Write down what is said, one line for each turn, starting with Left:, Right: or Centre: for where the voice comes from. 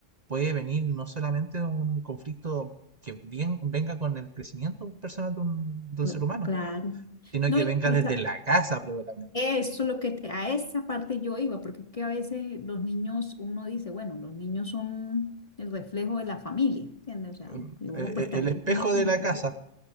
Right: puede venir no solamente de un conflicto que bien, venga con el crecimiento personal de un, de un
Left: Cla-
Right: ser humano,
Left: Claro.
Right: sino
Left: No,
Right: que
Left: y,
Right: venga
Left: y
Right: desde
Left: sa-
Right: la casa probablemente.
Left: Eso es lo que te- a esa parte yo iba, porque es que a veces los niños, uno dice, bueno, los niños son el reflejo de la familia, ¿entiendes? O sea,
Right: eh,
Left: y uno
Right: eh,
Left: pues también
Right: el espejo
Left: tiene como
Right: de la
Left: que,
Right: casa.